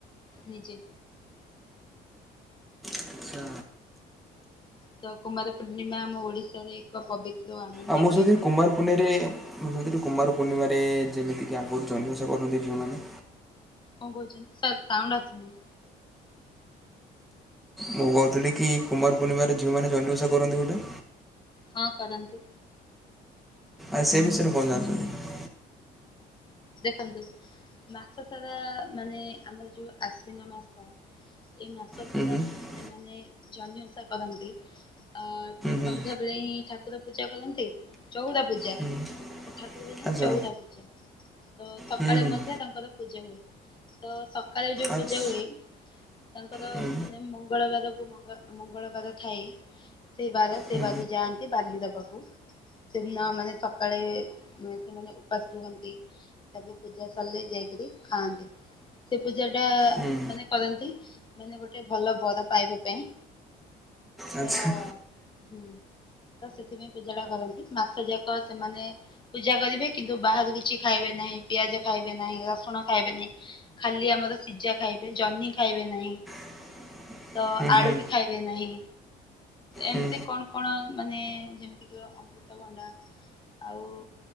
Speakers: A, on the left; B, in the centre.
A: ନିଜେ।
B: ଆଚ୍ଛା
A: ତ କୁମାର ପୂର୍ଣ୍ଣିମା ଆମ ଓଡ଼ିଶାରେ ଏକ ପବିତ୍ର ଆନନ୍ଦମୟ
B: ଆମ ସହିଥି ସେ
A: ପର୍ବ।
B: କୁମାର ପୂନେଇଁରେ ମୁଁ କହୁଥିଲି କୁମାର ପୂର୍ଣ୍ଣିମାରେ ଯେମିତିକି ଆଗରୁ ଜହ୍ନିଓସା କରନ୍ତି ଝିଅମାନେ
A: କଣ କହୁଛନ୍ତି ସାର୍ ସାଉଣ୍ଡ ଆସୁନି।
B: ମୁଁ କହୁଥିଲି କି କୁମାର ପୂର୍ଣିମାରେ ଝିଅମାନେ ଜହ୍ନି ଓସା କରନ୍ତି ଗୋଟେ।
A: ହଁ କରନ୍ତି।
B: ଆଉ ସେ ବିଷୟ ରେ କଣ ଜାଣିଛନ୍ତି?
A: ଦେଖନ୍ତୁ ମାସ ସାରା ମାନେ ଆମର ଯୋଉ ଆସିନ ମାସ ଏଇ ମାସ
B: ହୁଁ
A: ସାରା
B: ହୁଁ
A: ମାନେ ସେମାନେ ଜହ୍ନିଓସା କରନ୍ତି। ଅ
B: ହୁଁ
A: ସନ୍ଧ୍ୟା ବେଳେ ହିଁ ଠାକୁର ପୂଜା କରନ୍ତି ଚଉରା ପୂଜା
B: ହୁଁ ହୁଁ
A: ଠାକୁ ଏବେ ଯାଏଁ
B: ଆଚ୍ଛା
A: ଚଉରା ପୂଜା। ତ ସକାଳେ
B: ହୁଁ ହୁଁ
A: ମଧ୍ୟ ତାଙ୍କର ପୂଜା ହୁଏ। ତ ସକାଳେ ଯୋଉ
B: ଆଚ୍ଛା
A: ପୂଜା ହୁଏ ତାଙ୍କର
B: ହୁଁ
A: ମାନେ ମଙ୍ଗଳବାରକୁ ମଙ୍ଗ ମଙ୍ଗଳବାର ଥାଏ। ସେବାର ସେଇ
B: ହୁଁ
A: ବାରିରେ ଯାଆନ୍ତି ବାଲି ଦବାକୁ। ସେଦିନ ମାନେ ସକାଳେ ସେମାନେ ଉପାସ ରୁଅନ୍ତି। ତାପରେ ପୂଜା ସରିଲେ ଯାଇକି ରି ଖାଆନ୍ତି। ସେ ପୂଜା ଟା
B: ହୁଁ
A: ମାନେ କରନ୍ତି ମାନେ ଗୋଟେ ଭଲ ବର ପାଇବା ପାଇଁ
B: ଆଚ୍ଛା
A: ତ ହୁଁ ତ ସେଥିପାଇଁ ପୂଜାଟା କରନ୍ତି ମାସ ଯାକ ସେମାନେ ପୂଜା କରିବେ କିନ୍ତୁ ବାହାରୁ କିଛି ଖାଇବେ ନାହିଁ ପିଆଜ ଖାଇବେ ନାହିଁ ରସୁଣ ଖାଇବେ ନାହିଁ। ଖାଲି ଆମର ସିଜା ଖାଇବେ ଜହ୍ନି ଖାଇବେ ନାହିଁ।
B: <inaudible>
A: ତ ଆଳୁ
B: ହୁଁ
A: ବି ଖାଇବେ ନାହିଁ? ଏମିତି
B: ହୁଁ
A: କଣ କଣ ମାନେ ଯେମିତିକି ଅମୃତଭଣ୍ଡା ଆଉ